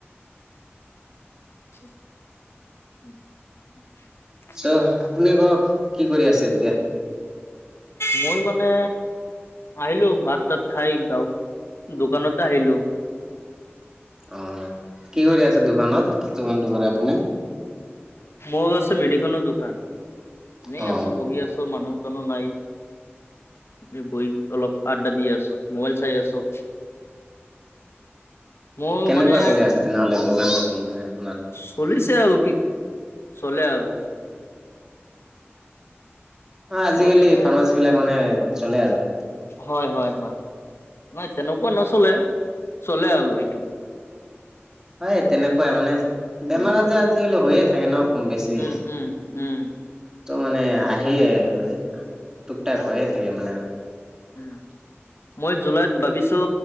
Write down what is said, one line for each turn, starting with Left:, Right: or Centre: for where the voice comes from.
Left: উ।
Right: চ' আপুনি কওঁক কি কৰি আছে এতিয়া?
Left: মই মানে। আহিলো ভাত তাত খাই গাঁও দোকানতে আহিলো।
Right: অ কি কৰি আছে দোকানত কি দোকানটো কৰে আপুনি?
Left: মোৰ আছে মেডিচনৰ দোকান এনে
Right: অ
Left: আছো বহি আছো। ত মানুহ- চানোহ নাই এই বহি অলপ। আড্ডা দি আছো, মোবাইল চাই আছো। মোৰ
Right: কেনেকুৱা
Left: মানে
Right: চলি আছে তেনেহ'লে দোকান পাতি মানে আপোনাৰ?
Left: চলিছে আৰু কি চলে আৰু
Right: অ আজিকালি
Left: মই মানে
Right: ফাৰ্মাচী বিলাক মানে চলে আৰু
Left: হয় হয় হয় নহয় তেনেকুৱা নচলে চলে আৰু সেইটো।
Right: হয় তেনেকুৱাই মানে বেমাৰ
Left: উম
Right: আজাৰ আজিকালি হৈয়ে থাকে ন। কম বেছি
Left: উম উম উম
Right: ত মানে আহেই মানে। টুকটাক হৈয়ে থাকে মানে আৰু
Left: উম। মই জুলাইত ভাবিছোঁ